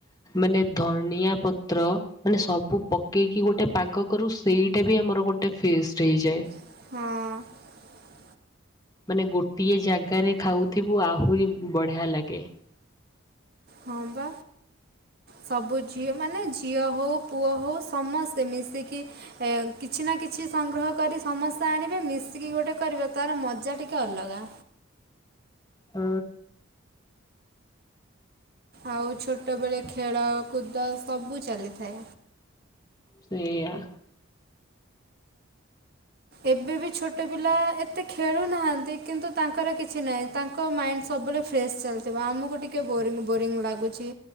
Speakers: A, on the left (about 20°); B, on the right (about 50°).
A: ମାନେ ଧନିଆ ପତ୍ର ମାନେ ସବୁ ପକେଇକି ଗୋଟେ ପାଗ କରୁ ସେଇଟା ବି ଆମର ଗୋ ଗୋଟେ ଫିଷ୍ଟ୍ ହେଇଯାଏ।
B: ହଁ।
A: ମାନେ ଗୋଟିଏ ଜାଗାରେ ଖାଉଥିବୁ ଆହୁରି ବଢ଼ିଆ ଲାଗେ।
B: ହଁ ପା। ସବୁ ଝିଅ ମାନେ ଝିଅ ହଉ ପୁଅ ହଉ ସମସ୍ତେ ମିଶିକି ଏଁ କିଛି କିଛି ନା କିଛି ସଂଗ୍ରହ କରି ସମସ୍ତେ ଆଣିବେ ମିଶିକି ଗୋଟେ କରିବେ ତାର ମଜା ଟିକେ ଅଲଗା।
A: ହଁ।
B: ଆଉ ଛୋଟବେଳେ ଖେଳକୁୁଦ ସବୁ ଚାଲିଥାଏ।
A: ସେଇଆ
B: ଏବେ ବି ଛୋଟ ପିଲା ଏତେ ଖେଳୁ ନାହାନ୍ତି କିନ୍ତୁ ତାଙ୍କର କିଛି ନାହିଁ ତାଙ୍କ ମ ସବୁବେଳେ ଫ୍ରେଶ ଚାଲିଥିବ ଆମକୁ ଟିକେ ବୋରିଙ୍ଗ୍ ବୋରିଙ୍ଗ୍ ଲାଗୁଛି।